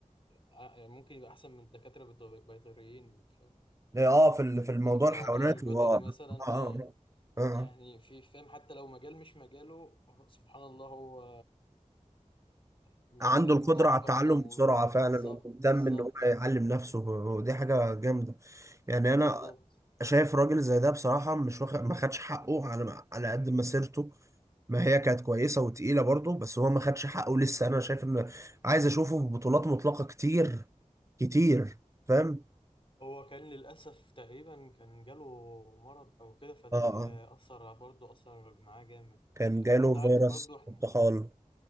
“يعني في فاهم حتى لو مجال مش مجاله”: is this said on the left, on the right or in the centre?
Left